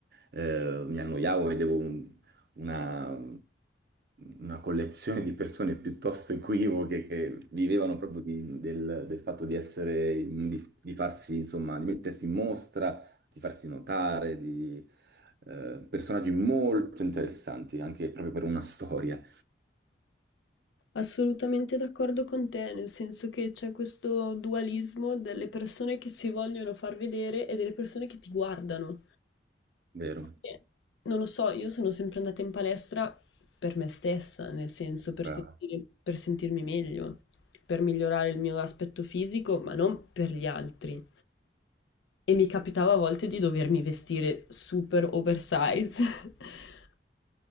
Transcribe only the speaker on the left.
Assolutamente d'accordo con te, nel senso che c'è questo dualismo delle persone che si vogliono far vedere e delle persone che ti guardano.
Eh, Non lo so, io sono sempre andata in palestra per me stessa, nel senso per
sentire- per sentirmi meglio, per migliorare il mio aspetto fisico, ma non per gli altri. E mi capitava a volte di dovermi vestire super oversize <laughs>